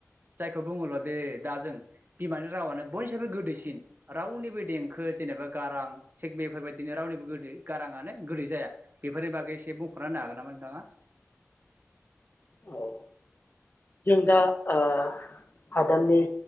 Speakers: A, on the right; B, on the left.
A: जायखौ बुङोब्ला दे दा जों बिमानि रावानो बयनिसायबो गोदैसिन रावनिबो देंखो जेनेबा गारां थिग बेफोरबायदिनो रावनिबो गोदै गाराङानो गोदै जाया बेफोरनि बागै एसे बुंफुरना होनो हागोन नामा नोंथाङा?
B: औ जों दा ओ हादाननि